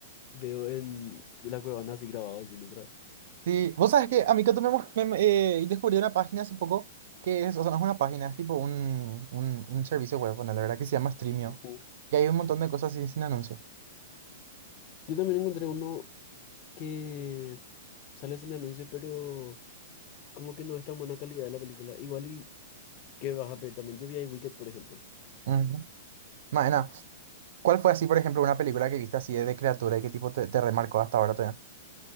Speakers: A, on the left (about 40°); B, on the right (about 65°).
A: veo en la cuevana así grabado, sin otras.
B: Sí, vos sabes que a mí que tú me, mos- me- me- eh, descubrí una página hace poco que es, o sea, no es una página, es tipo un, un, un servicio web, bueno, la verdad que se llama Streamio.
A: Ujú.
B: Y hay un montón de cosas así sin anuncio.
A: Yo también encontré uno que sale sin anuncio, pero como que no es tan buena calidad la película. Igual y que vas a ver también. Yo vi ahí Wicked, por ejemplo.
B: Ujú. Maena, ¿Cuál fue así, por ejemplo, una película que viste así de, de criatura y qué tipo te, te remarcó hasta ahora todavía?